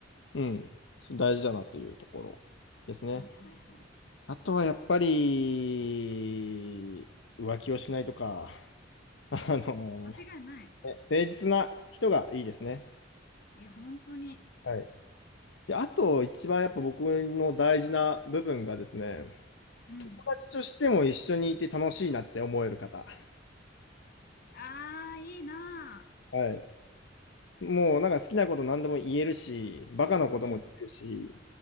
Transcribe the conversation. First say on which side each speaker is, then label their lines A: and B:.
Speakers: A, on the left; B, on the left.
A: うん、大事だなというところですね。
B: はいはいはい。
A: あとはやっぱり、浮気をしないとか、<laughs> あのね
B: 間違いない。
A: 誠実な人がいいですね。
B: いや、本当に。
A: はい。で、あと一番やっぱ僕の大事な部分がですね、
B: うん。
A: 友達としても一緒にいて楽しいなって思える方。
B: ああ、いいなあ。
A: はい。もうなんか好きなこと何でも言えるし、バカなこともできるし、
B: うん。